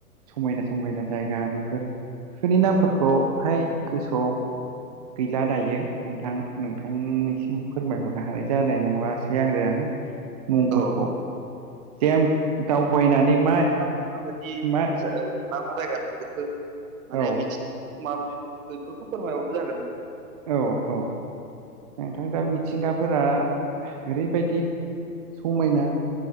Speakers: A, on the right (about 25°); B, on the right (about 55°).
A: समायना समायना जायगा बेफोर बिफोरनि नामफोरखौहाय गोसोआव गैला दायो। नोंथां नोंथांनिसिम फोरमायहरनो हानाय जानाय नंलासै आरो। मुंफोरखौ
B: औ
A: जेन दावबायनानै मा
B: माबायदि
A: मा
B: जो मा मा जायगा नुबोखो माने
A: औ
B: मिथिं माबायदि नुखो बेफोरखौ फोरमाय हरबाबो जागोन।
A: औ औ नोंथां दा मिथिंगाफोरा ओरैबायदि समायना